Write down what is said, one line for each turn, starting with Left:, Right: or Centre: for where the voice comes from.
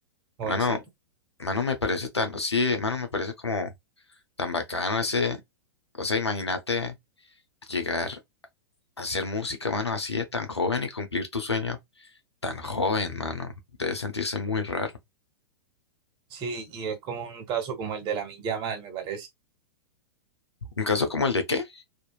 Right: jovencito.
Left: Mano, mano, me parece tan, sí, mano, me parece como tan bacano ese, o sea, imagínate llegar Hacer música, mano, así de tan joven y cumplir tu sueño tan joven, mano. Debe sentirse muy raro.
Right: Sí, y es como un caso como el de Lamine Yamal, me parece.
Left: ¿Un caso como el de qué?